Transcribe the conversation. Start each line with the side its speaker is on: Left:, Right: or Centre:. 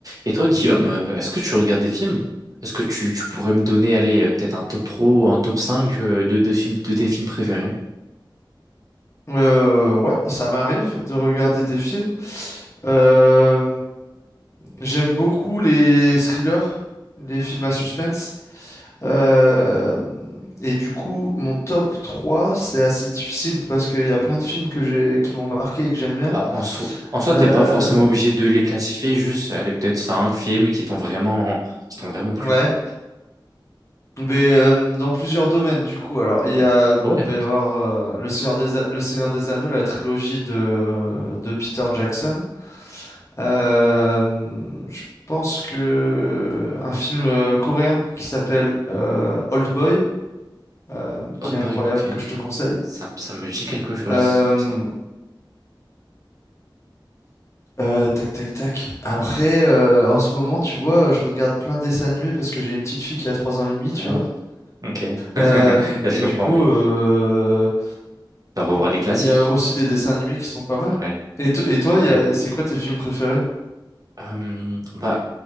Right: Et toi, Guillaume, euh, est-ce que tu regardes des films? Est-ce que tu, tu pourrais me donner, allez, euh, peut-être un top pro, un top 5 euh, de, de, films, de tes films préférés?
Left: Euh, ouais, ça m'arrive de regarder des films. Euh, j'aime beaucoup les thrillers, les films
Right: Ok.
Left: à suspense. Euh, et du coup, mon top 3, c'est assez difficile parce qu'il y a plein de
Right: Hmm.
Left: films que j'ai, qui m'ont marqué et que j'aime bien.
Right: Bah, en soi, en soi,
Left: Euh,
Right: t'es pas forcément obligé de les classifier, juste, allez, peut-être 5 films qui t'ont vraiment, qui t'ont vraiment plu.
Left: ouais. Mais euh, dans plusieurs domaines, du coup. Alors, il
Right: Hmm.
Left: y a,
Right: Ouais.
Left: il va y avoir euh, Le Seigneur des, A- Le Seigneur des Anneaux, la trilogie de, de Peter Jackson. Euh, je pense que un film euh, coréen qui s'appelle euh, Old Boy, euh,
Right: Old
Left: qui est
Right: Boy,
Left: incroyable,
Right: ok.
Left: que je te conseille.
Right: Ça, me- ça me dit quelque chose,
Left: Euh,
Right: c'est pour ça.
Left: euh, tac, tac, tac. Après, euh, en ce moment, tu vois, je regarde plein de dessins animés parce que j'ai une petite fille qui a 3 ans et demi, tu
Right: Ouais.
Left: vois.
Right: Ok. <laughs> Là,
Left: Euh,
Right: je
Left: et
Right: comprends,
Left: du coup,
Right: mais
Left: euh,
Right: t'as revoir
Left: il
Right: les classiques.
Left: y a aussi des dessins animés qui sont pas mal.
Right: Ouais.
Left: Et, to- et toi,
Right: Ouais.
Left: il y a- c'est quoi tes films préférés?
Right: Euh, bah,